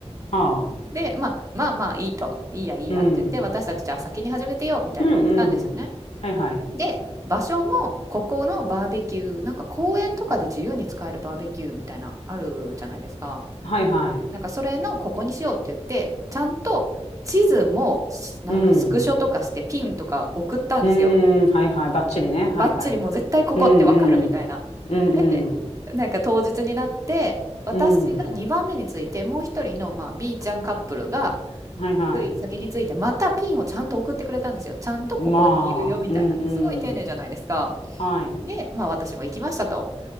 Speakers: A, on the left; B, on the right.
A: ああ。
B: で、まあまあまあいいと、いいやいいやって言って私たちじゃあ先に始めてよみたいな言ったんですよね。
A: うん。うんうん。はいはい。
B: で、場所もここのバーベキュー、なんか公園とかで自由に使えるバーベキューみたいなあるじゃないですか。
A: はいはい。
B: なんかそれのここにしようって言って、ちゃんと地図もしなんかスクショとかしてピンとか送ったんですよ。
A: うん。うーん。はいはい。ばっちりね。はいはい。
B: バッチリもう絶対ここってわかるみたいな。
A: うんうん。うんうん。
B: で、なんか当日になって、私が2番目について、
A: うん。
B: もう一人の、まあ、B ちゃんカップルが、
A: はいはい。
B: つい先について、またピンをちゃんと送ってくれたんですよ。ちゃんとここにいるよみたいな。
A: まあ。うん
B: すごい丁寧じゃないですか。
A: うん。はい。
B: で、まあ私も行きましたと。